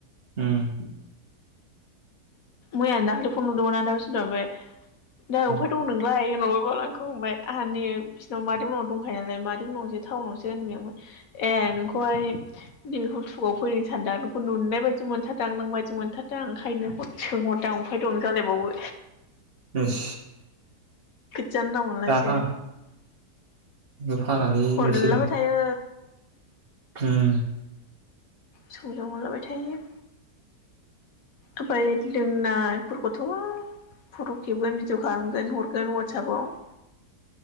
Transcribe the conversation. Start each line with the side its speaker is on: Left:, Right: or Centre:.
Right: उम
Left: मैयाना दाखालि फन हरदोंमोन आदा असिन्थया ओमफाय नै अबफाय
Right: उम
Left: दं नोंलाय होनहरबाय बाल आंखौ ओमफाय आंहा नै बिसिनाव मादैमोनाव दं नालाय मादै मोनावसै टाउनावसो होनबाय आं ओमफाय ए नोंखौहाय नैबेखौ हलथुगाव फैगोन सान दों आं नोंखौ नुनाय बायदि मोनथारदों आं नों बायदि मोनथारदों आ ओंखायनो सोंहरदों आं अफाय दं नों जालायबावो।
Right: इस
Left: जानला मोनलासो।
Right: जाफां जुफालालै
Left: हरलाबाय
Right: बिसोरो
Left: थायो।
Right: ओम
Left: सोंहरलाबाय थायो। ओमफ्राय लोंनाफोरखौथ' फट' खेबगोन भिडिअ खालामगोन हरगोन वाटसापआव।